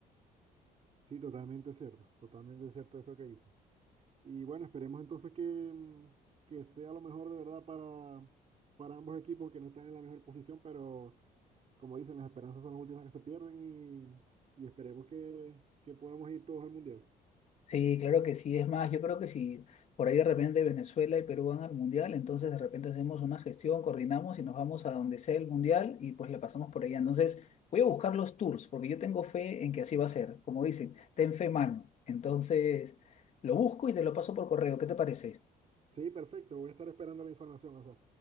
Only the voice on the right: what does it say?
Sí, totalmente cierto, totalmente cierto eso que dice. Y bueno, esperemos entonces que, mm, que sea lo mejor de verdad para, para ambos equipos que no están en la mejor posición, pero como dicen, las esperanzas son las últimas que se pierden y, y esperemos que, que podamos ir todos al Mundial.
Sí, perfecto, voy a estar esperando la información, Asaf.